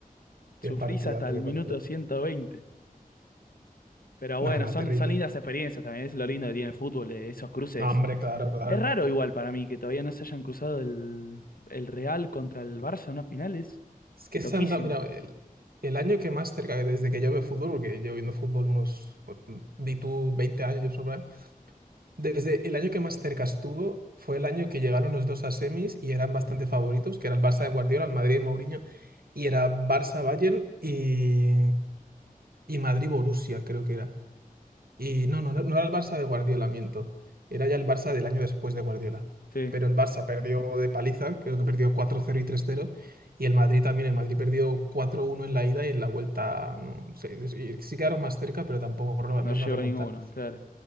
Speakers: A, on the right; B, on the left.
A: qué
B: Sufrís
A: partidazo,
B: hasta
A: qué
B: el minuto
A: partido.
B: ciento veinte Pero
A: Nada,
B: bueno,
A: nada,
B: son,
A: terrible.
B: son lindas experiencias también, es lo lindo que tiene el fútbol, eh, esos cruces.
A: No, hombre, claro, claro.
B: Es raro igual para mí que todavía no se hayan cruzado el, el Real contra el Barça en una final, es
A: Es que
B: loquísimo.
A: se han dado, mira, el, el año que más cerca, desde que yo veo fútbol, porque yo viendo fútbol unos, pues, di tú 20 años, ¿no? Desde el año que más cerca estuvo fue el año que llegaron los dos a semis y eran bastante favoritos, que era el Barça de Guardiola, el Madrid de Mourinho, y era Barça-Bayern y, y Madrid-Borussia, creo que era. Y no, no, no, no era el Barça de Guardiola, miento. Era ya el Barça del año después de Guardiola.
B: Sí,
A: Pero el Barça perdió de paliza, creo que perdió cuatro cero y tres cero Y el Madrid también, el Madrid perdió cuatro uno en la ida y en la vuelta, no sé, sí sí sí, sí quedaron más cerca, pero tampoco lograron
B: no llegó
A: remontar
B: ninguno, claro.